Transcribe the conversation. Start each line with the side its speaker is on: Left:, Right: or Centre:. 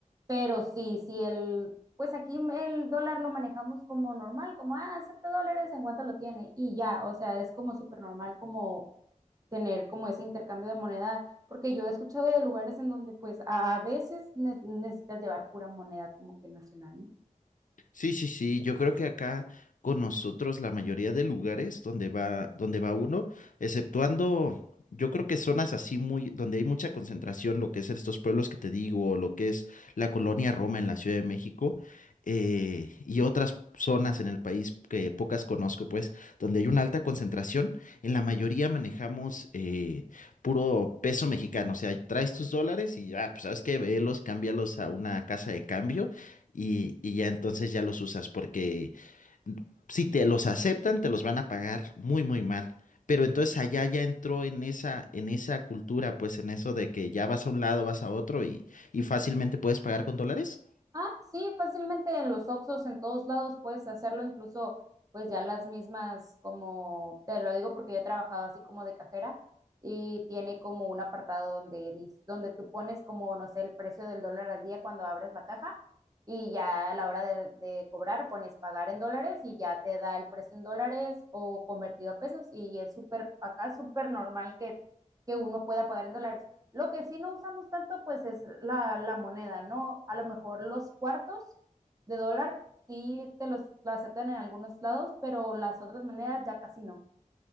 Right: pero sí, sí el, pues aquí el dólar lo manejamos como normal, como, ah, 7 dólares en cuánto lo tiene y ya, o sea, es como súper normal como tener como ese intercambio de moneda, porque yo he escuchado de lugares en donde pues a, a veces ne- necesitas llevar pura moneda como que nacional, ¿no?
Left: Sí, sí, sí, yo creo que acá con nosotros la mayoría de lugares donde va, donde va uno, exceptuando, yo creo que zonas así muy, donde hay mucha concentración, lo que es estos pueblos que te digo, o lo que es la colonia Roma en la Ciudad de México, eh, y otras zonas en el país que pocas conozco, pues, donde hay una alta concentración, en la mayoría manejamos eh, puro peso mexicano, o sea, traes tus dólares y ya, pues, ¿sabes qué? Velos, cámbialos a una casa de cambio y, y ya entonces ya los usas porque si te los aceptan, te los van a pagar muy, muy mal. Pero entonces allá ya entró en esa, en esa cultura, pues en eso de que ya vas a un lado, vas a otro y, y fácilmente puedes pagar con dólares.
Right: Ah, sí, fácilmente en los Oxxos, en todos lados puedes hacerlo, incluso pues ya las mismas, como te lo digo porque yo he trabajado así como de cajera y tiene como un apartado donde, dis- donde tú pones como, no sé, el precio del dólar al día cuando abres la caja y ya a la hora de, de cobrar pones pagar en dólares y ya te da el precio en dólares o convertido a pesos y es súper, acá es súper normal que, que uno pueda pagar en dólares. Lo que sí no usamos tanto, pues es la, la moneda, ¿no? A lo mejor los cuartos de dólar sí te los lo aceptan en algunos lados, pero las otras monedas ya casi no.